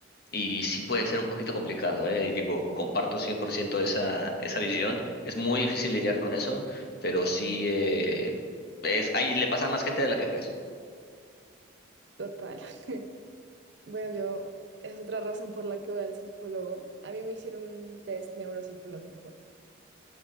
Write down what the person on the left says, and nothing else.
y sí puede ser un poquito complicado, ¿eh? Y digo, comparto 100% esa, esa visión. Es muy difícil lidiar con eso, pero sí eh, es, ahí le pasa a más gente de la que crees.